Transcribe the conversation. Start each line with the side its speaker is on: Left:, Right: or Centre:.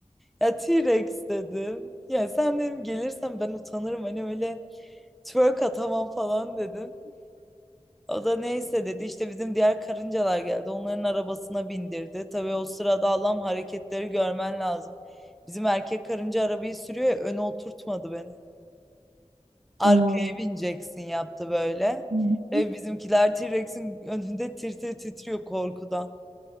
Centre: Ya T-Rex dedim. Ya sen dedim gelirsen ben utanırım. Hani öyle twerk atamam falan dedim. O da neyse dedi. İşte bizim diğer karıncalar geldi. Onların arabasına bindirdi. Tabii o sırada Allah'ım hareketleri görmen lazım. Bizim erkek karınca arabayı sürüyor ya öne oturtmadı beni. Arkaya
Right: Aa,
Centre: bineceksin yaptı böyle.
Right: Hı hı.
Centre: Ve bizimkiler T-Rex'in önünde tir tir titriyor korkudan.